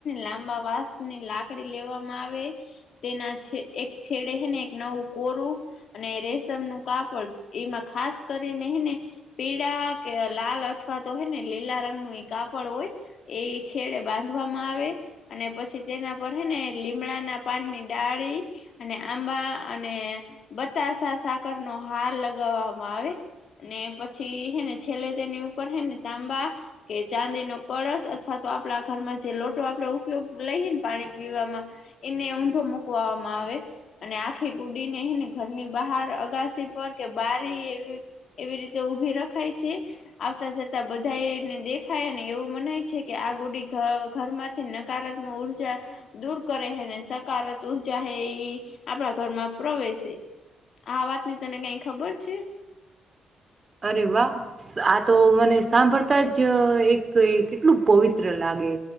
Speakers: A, on the left; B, on the right.
A: લાંબા વાસ ની લાકડી લેવામાં આવે તેના એક છેડેને એક નવું કોરું અને રેશમ નું કાપડ એમાં ખાસ કરીને એને પીળા કે લાલ અથવા તો હોય ને લીલા રંગ નુ કાપડ હોય એ છેડે બાંધવામાં આવે અને પછી તેના પર હે ને લીમડાના પાનની ડાળી અને આંબા અને ને બતાસા સાકર નો હાર લગાવવામાં આવે અને પછી હેને છેલ્લે તેની ઉપર છેે ને તાંબા કે ચાંદી નો કળશ અથવા તો આપડા ઘરમાં જે લોટો ઉપયોગ લઈને પાણી પીવામાં એને ઊંધો મુકવામાં આવે અને આખી ગુડી નેને ઘરની બહાર અગાસી પર કે બારી એવી એવી રીતે ઉભી રખ ખા છે આવતા જતા બધાને દેખાય અને એવું મનાય છે કે આ ગુડી ઘર માંથી નકારાત્મક ઉર્જા દૂર કરે હેને સકાર ઉર્જા હે એ આપણા ઘર માં પ્રવેશે આ વાતની તને કઈ ખબર છે.
B: અરે વાહ આ તો મને સાંભળતા જ એક કેટલું પવિત્ર લાગે.